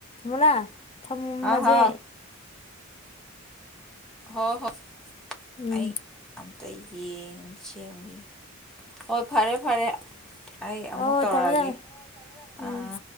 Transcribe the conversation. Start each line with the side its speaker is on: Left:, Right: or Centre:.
Left: ꯃꯂ ꯊ
Centre: ꯍꯥꯎ
Left: ꯃꯖꯦ
Centre: ꯍꯥꯎ ꯍ ꯍꯣꯏ
Left: ꯎꯝ
Centre: ꯑꯩ ꯑꯝꯇ ꯌꯦꯡ ꯁꯦꯝꯈꯤ ꯍꯣꯏ ꯐꯔꯦ ꯐꯔꯦ ꯑꯩ ꯑꯃꯨꯛ
Left: ꯑꯣ
Centre: ꯇꯧꯔꯛꯑꯒꯦ
Left: ꯊꯃꯦ ꯊꯃꯦ ꯎꯝ
Centre: ꯑꯥ ꯑꯥ
Left: <inaudible>